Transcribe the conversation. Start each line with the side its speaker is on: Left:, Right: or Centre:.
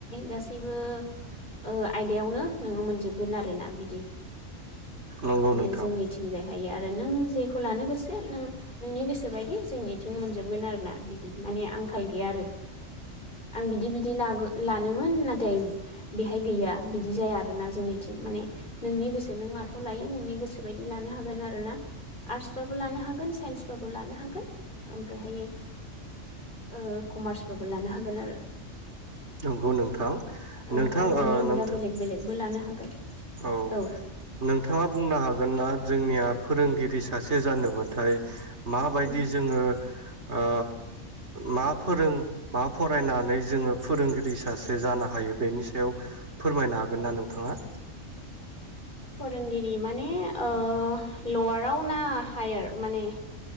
Left: गासिबो ओ आयदायावनो नोङो मोनजोबगोन आरोना बिदि
Right: नंगौ
Left: माने
Right: नोंथां
Left: जों निथिंजाय हायो आरो नों जेखौ लानो गोसो नों नोंनि गोसोबायदि जोंनिथिं मोनजोबगोन आरोना बिदि माने आंखाल गैया आरो आं बिदि बिदि ला लानो मोन नाथाय बेहाय गैया बिदि जाया आरोना जोंनिथिं माने नोंनि गोसो नों माखौ लायो नोंनि गोसोबायदि लानो हागोन आरो ना आर्टसबाबो लानो हागोन साइन्सबाबो लानो हागोन ओमफ्रायहायो ओ कमार्सबाबो लानो हागोन आरो
Right: नंगौ नोंथां
Left: औ
Right: नोंथां
Left: आरो बेनि
Right: ओ
Left: अनगा
Right: नोंथां
Left: बेलेग
Right: औ
Left: बेलेगबो लानो हागोन औ
Right: नों थाङा बुंनो हागोन ना जोंनिया फोरोंगिरि सासे जानोबाथाय माबायदि
Left: उम
Right: जोङो ओ मा फोरों मा फरायनानै जोङो फोरोंगिरि सासे जानो हायो बेनि सायाव फोरमायनो हागोन ना नोंथाङा?
Left: फोरोंगिरि माने ओ लवाराव ना हायार माने